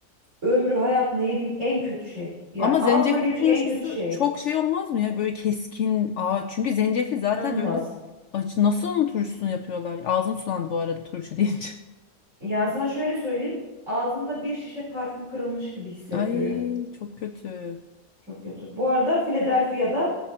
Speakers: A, on the right; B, on the left.
A: ömrü hayatımda yediğim en kötü şey. Yani
B: Ama
A: ağzıma
B: zencefil
A: girmiş
B: turşusu
A: en kötü şey.
B: çok şey olmaz mı ya? Böyle keskin. Aa, çünkü zencefil zaten
A: İnanılmaz.
B: öyle. Acı. Nasıl onun turşusunu yapıyorlar? Ağzım sulandı bu arada turşu deyince. <laughs>
A: Yani sana şöyle söyleyeyim. Ağzında bir şişe parfüm kırılmış gibi hissettiriyor.
B: Ay çok kötü.
A: Çok kötü. Bu arada Philadelphia'da